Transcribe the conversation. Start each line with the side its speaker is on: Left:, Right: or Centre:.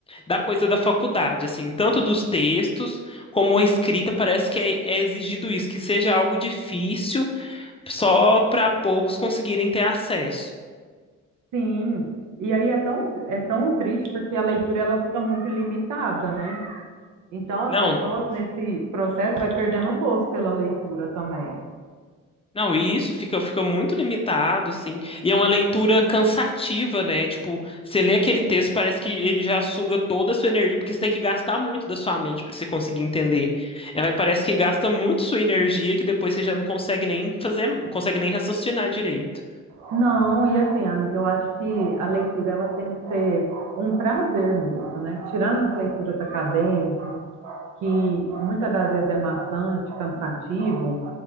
Left: da coisa da faculdade, assim, tanto dos textos como a escrita, parece que é, é exigido isso, que seja algo difícil só para poucos conseguirem ter acesso.
Right: Sim. E aí é tão, é tão triste porque a leitura ela fica muito limitada, né? Então as
Left: Não,
Right: pessoas nesse processo vai perdendo o gosto pela leitura também.
Left: Não, e isso fica, fica muito limitado, assim. E é uma leitura cansativa, né? Tipo, você lê aquele texto, parece que ele já suga toda a sua energia, porque você tem que gastar muito da sua mente para você conseguir entender. É, vai- parece que gasta muito sua energia que depois você já não consegue nem fazer, não consegue nem raciocinar direito.
Right: Não, e assim, amiga, eu acho que a leitura ela tem que ser um prazer mesmo, né? Tirando as leituras acadêmicas, que muitas das vezes é maçante, cansativo,